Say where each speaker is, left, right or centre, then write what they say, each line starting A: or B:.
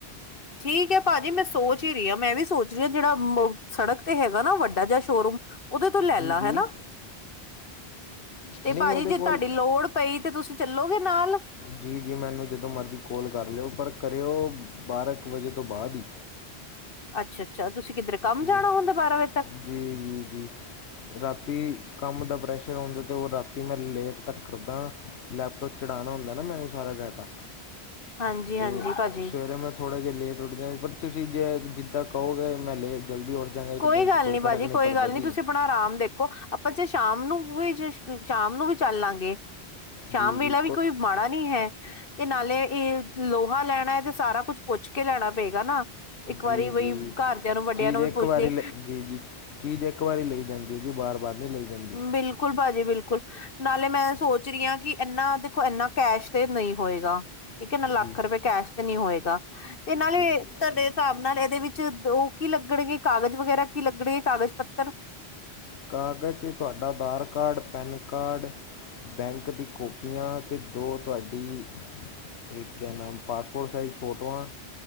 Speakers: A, on the left; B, on the left.
A: ਠੀਕ ਹੈ ਭਾਜੀ ਮੈਂ ਸੋਚ ਹੀ ਰਹੀ ਹਾਂ ਮੈਂ ਵੀ ਸੋਚ ਰਹੀ ਹਾਂ ਜਿਹੜਾ ਸੜਕ ਤੇ ਹੈਗਾ ਨਾ ਵੱਡਾ ਜਿਆ ਸ਼ੋਰੂਮ ਉਤੋਂ ਲੈ
B: ਜੀ
A: ਲਾ
B: ਜੀ
A: ਹਨਾ ਤੇ
B: ਨਹੀਂ
A: ਭਾਜੀ
B: ਉਹਦੇ
A: ਜੇ ਤੁਹਾਡੀ
B: ਕੋਲ
A: ਲੋੜ ਪਈ ਤੇ ਤੁਸੀਂ ਚੱਲੋਗੇ ਨਾਲ
B: ਜੀ ਜੀ ਮੈਨੂੰ ਜਦੋਂ ਮਰਜ਼ੀ ਕੋਲ ਕਰ ਲਿਓ ਪਰ ਕਰਿਓ ਬਾਰ੍ਹਾਂ ਕੁ ਵਜੇ ਤੋਂ ਬਾਅਦ ਹੀ
A: ਅੱਛਾ ਅੱਛਾ ਤੁਸੀਂ ਕਿੱਧਰ ਕੰਮ
B: ਜੀ
A: ਜਾਣਾ ਹੁੰਦਾ ਬਾਰਾਂ ਵਜੇ ਤੱਕ
B: ਜੀ ਜੀ ਜੀ ਰਾਤੀ ਕੰਮ ਦਾ ਪ੍ਰੈਸ਼ਰ ਹੁੰਂਦਾ ਅਤੇ ਉਹ ਰਾਤੀ ਮੈਂ ਲੇਟ ਤੱਕ ਕਰਦਾ ਲੈਪਟੋਪ ਚਰਾਣਾ ਹੁੰਦਾ ਨਾ ਮੈਨੂੰ ਸਾਰਾ ਡਾਟਾ
A: ਹਾਂਜੀ
B: ਅਤੇ
A: ਹਾਂਜੀ ਭਾਜੀ
B: ਸਵੇਰੇ ਮੈਂ ਥੋੜ੍ਹਾ ਜਿਹਾ ਲੇਟ ਉੱਠਦੇ ਹਾਂ ਬਟ ਤੁਸੀਂ ਜੇ ਜਿੱਦਾਂ ਕਹੋਗੇ ਮੈਂ ਲੇਟ ਜਲਦੀ ਉੱਠ ਜਾਂਗਾ ਇੱਕ
A: ਕੋਈ
B: ਦਿਨ
A: ਗੱਲ
B: 'ਚ
A: ਨੀ ਭਾਜੀ
B: ਫ਼ਰਕ ਨਹੀਂ
A: ਕੋਈ
B: ਪੜਦਾ
A: ਗੱਲ
B: ਜੀ
A: ਨੀ ਤੁਸੀਂ ਆਪਣਾ ਆਰਾਮ ਦੇਖੋ ਆਪਾਂ ਚ ਸ਼ਾਮ ਨੂੰ ਵੀ ਸ਼ਾਮ ਨੂੰ ਵੀ ਚੱਲ ਲਾਂਗੇ ਸ਼ਾਮ
B: ਜੀ ਜੀ
A: ਵੇਲਾ ਵੀ ਕੋਈ ਮਾੜਾ ਨਈ ਹੈ ਤੇ ਨਾਲੇ ਇਹ ਲੋਹਾ ਲੈਣਾ ਹੈ ਤੇ ਸਾਰਾ ਕੁੱਛ ਪੁੱਛ ਕੇ ਲੈਣਾ ਪਏਗਾ ਨਾ ਇੱਕ ਵਾਰੀ
B: ਜੀ
A: ਬਈ
B: ਜੀ
A: ਘਰਦਿਆਂ ਨੂੰ ਵੱਡਿਆਂ
B: ਚੀਜ਼
A: ਨੂੰ ਵੀ
B: ਇੱਕ
A: ਪੁੱਛ ਲਏ
B: ਜੀ ਜੀ ਚੀਜ਼ ਇੱਕ ਵਾਰੀ ਲਈ ਜਾਂਦੀ ਹੈ ਜੀ ਬਾਰ ਬਾਰ ਨੀ ਲਈ ਜਾਂਦੀ
A: ਬਿਲਕੁਲ ਭਾਜੀ ਬਿਲਕੁਲ ਨਾਲੇ ਮੈਂ ਸੋਚ ਰਹੀ ਹਾਂ ਕਿ ਇਨਾ ਦੇਖੋ ਇਨਾ ਕੈਸ਼ ਤੇ ਨਹੀਂ ਹੋਏਗਾ ਇੱਕ ਨਾ ਲੱਖ
B: ਜੀ
A: ਰੁਪਏ ਕੈਸ਼ ਤੇ ਨੀ ਹੋਏਗਾ ਤੇ ਨਾਲੇ
B: ਜੀ
A: ਤੁਹਾਡੇ ਹਿਸਾਬ ਨਾਲ ਇਹਦੇ ਵਿੱਚ ਉਹ ਕੀ ਲੱਗਣਗੇ ਕਾਗਜ਼ ਵਗੈਰਾ ਕੀ ਲਗਣੇ ਕਾਗਜ਼ ਪੱਤਰ
B: ਕਾਗਜ਼ 'ਚ ਤੁਹਾਡਾ Aadhaar card pen card bank ਦੀ ਕਾਪੀਆਂ ਅਤੇ ਦੋ ਤੁਹਾਡੀ ਇਹ ਕਿਆ ਨਾਮ ਪਾਸਪੋਰਟ ਸਾਈਜ਼ ਫੋਟੋਆਂ